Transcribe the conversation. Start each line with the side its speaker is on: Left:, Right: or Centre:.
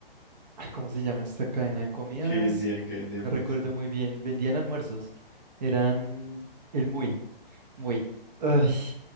Right: ay, ¿cómo se llama esta cadena de comidas?
Left: que vendían, que vendían,
Right: No
Left: pues.
Right: recuerdo muy bien. Vendían almuerzos. Eran el Muy, Muy. Ay.